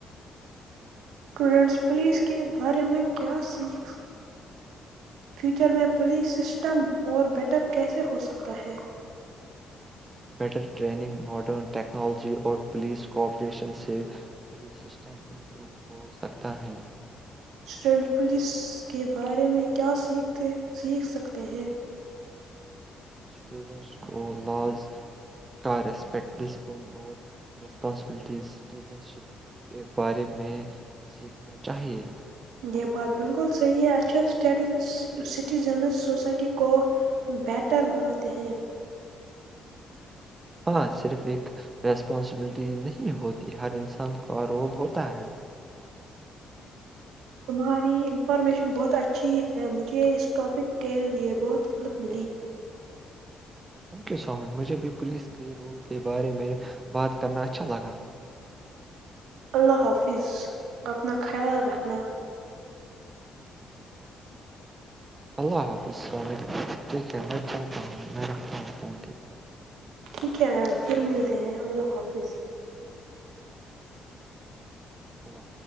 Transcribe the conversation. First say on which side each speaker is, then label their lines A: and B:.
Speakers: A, on the right; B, on the right.
A: اسٹوڈنٹس پولیس کے بارے میں کیا سیکھ فیوچر میں پولیس سسٹم اور بیٹر کیسے ہوسکتا ہے
B: بیٹر ٹریننگ ماڈرن ٹیکنالوجی اور پولیس کوآپریشن سے پولیس سسٹم امپرو ہو سکتا ہے
A: اسٹوڈنٹ پولیس کے بارے میں کیا سیکھ سکتے ہیں
B: اسٹوڈنٹس کو لااز کا رسپیکٹ ڈسپلن اور رسپانسبلٹیز سٹیزن شپ کے بارے میں سیکھنا چاہیے
A: یہ بات بالکل صحیح ہے اس چ سٹیٹز سٹیزنز سسائٹی کو بہتر بناتے ہیں
B: ہاں صرف ایک ریسپانسبلٹی نہیں ہوتی ہر انسان کا رول ہوتا ہے
A: تمہاری انفارمیشن بہت اچھی ہے مجھے اس ٹاپک کے لیے بہت ہیلپ ملی
B: تھینک یو سو مچ مجھے بھی پولیس کے رول کے بارے میں بات کرنا اچھا لگا <unintelligible>
A: اللہ حافظ اپنا خیال رکھنا
B: اللہ حافظ ٹھیک ہے میں چلتا ہوں میں رکھتا ہوں فون ٹھیک ہے
A: ٹھیک ہے پھر ملتے ہیں اللہ حافظ
B: ہ <unintelligible>